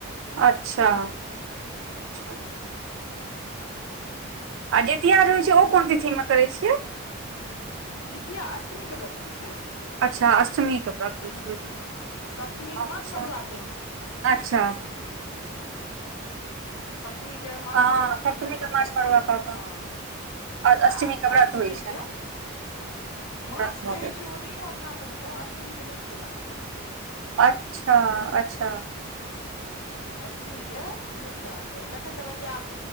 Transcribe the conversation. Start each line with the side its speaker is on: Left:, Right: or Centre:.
Right: अच्छा <inaudible> आ जीतिया जे होइत छैय ओ कोन तिथिमे करैत छियै?
Left: जीतिया अष्टमीे के व्रत होइत छैय।
Right: अच्छा अष्टमी के व्रत
Left: हूं
Right: होइ छै
Left: हूं हूं सप्तमीके
Right: अच्छा
Left: माछ मड़ुआ भेल
Right: अच्छा
Left: सप्तमीे के माछ
Right: हँ
Left: मारुआ अपना
Right: सप्तमी
Left: सब ओतऽ
Right: के माछ
Left: खाइ
Right: मरुआ
Left: छियै
Right: कऽ कऽ
Left: हँ
Right: अष्टमी
Left: आ
Right: के व्रत
Left: अष्टमीके
Right: होइ छै
Left: हँ माछ
Right: व्रत भऽ
Left: कहै
Right: गेल
Left: छैय ओनहियो अपना सब क अष्टमीके नहि खेबाक चाही।
Right: अच्छा अच्छा
Left: अष्टमीेँ के नहि खेबाक चाही तखन तऽ बलियै आब